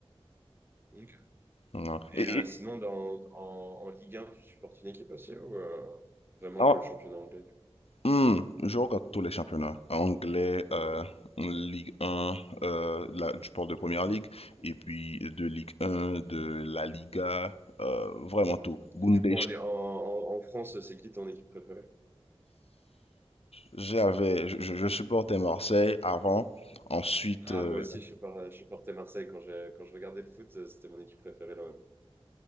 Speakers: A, on the right (about 20°); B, on the left (about 70°).
A: Ok.
B: hein.
A: Et
B: Et,
A: euh,
B: et-
A: sinon, dans, en, en Ligue un, tu supportes une équipe aussi ou euh, vraiment
B: ah,
A: que le championnat anglais?
B: hmm, je regarde tous les championnats. Anglais, euh, Ligue 1, euh, la- je parle de Première Ligue, et puis de Ligue 1, de la Liga, euh, vraiment tout. Bundes,
A: du coup, en, en, en en France, c'est qui ton équipe préférée?
B: J'avais, je, je- supportais Marseille avant. Ensuite,
A: Ah,
B: euh,
A: moi aussi, je supporte- je supportais Marseille quand je, quand je regardais le foot, euh, c'était mon équipe préférée là